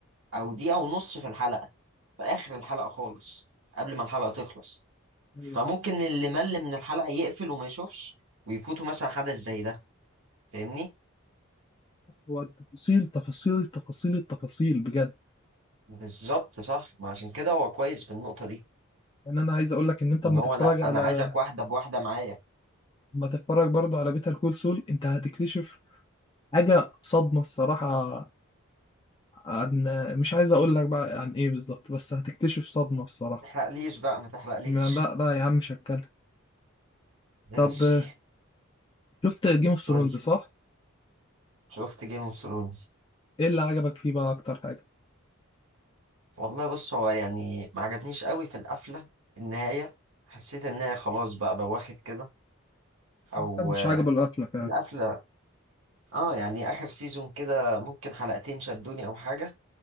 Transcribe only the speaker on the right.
او دقيقة ونص في الحلقة في آخر الحلقة خالص قبل ما الحلقة تخلص
فممكن اللي مل من الحلقة يقفل وما يشوفش ويفوته مثلا حدث زي ده فاهمني؟
بالظبط صح ما عشان كده هو كويس في النقطة دي
إن هو
لأ
أنا عايزك واحدة بواحدة معايا
ما تحرقليش بقى ما تحرقليش
<laughs> ماشي
قول
شفت جيم اوف ثرونز
والله بص هو يعني ما عجبنيش قوي في القفله النهايه حسيت ان هي خلاص بقى بواخد كده او
آه،
القفله اه يعني اخر سيزون كده ممكن حلقتين شدوني او حاجه